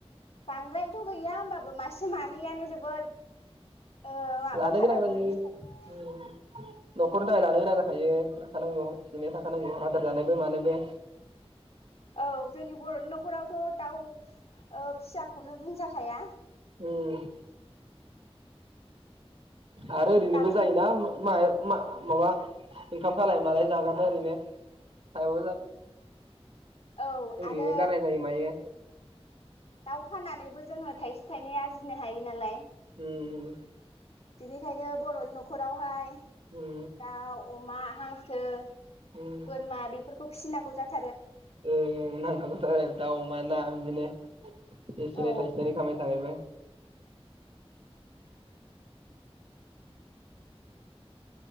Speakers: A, on the left; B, on the right.
A: बांद्रायथ' गैया ओमबाबो मासे मानैआनो जोबोद ओ माबा
B: लानो
A: खालामो
B: गोनां जायो
A: दिस्टार्ब खा
B: उम न'खरनि थाखाय लानो गोनां जाखायो लाखानांगौ एसे एनै थाखानांगौ आदार जानोबो मानोबो
A: औ जोंनि बर'नि न'खरावथ' दाउ ओ फियाखौनो बुंजा खाया
B: ओम आरो ओरैनोबो
A: दाउजों
B: जायोना म माबा इनखाम खाल मालाय जागारनो ओरैनो टाइमाबो
A: औ
B: ओरैनो
A: आरो
B: गारनाय जायो मायो
A: दाउ फाननानैबो जोङो थाइसे थाइनै आरजिनो हायो नालाय
B: उम
A: बिनिखायनो बर'नि न'खरावहाय
B: उम
A: दाउ अमा हांसो
B: उम
A: बोरमा फोरखौ फिनांगौ जाथ
B: <unintelligible> एसे एनै
A: औ
B: थायसे थायनै खामायनो थाखायबो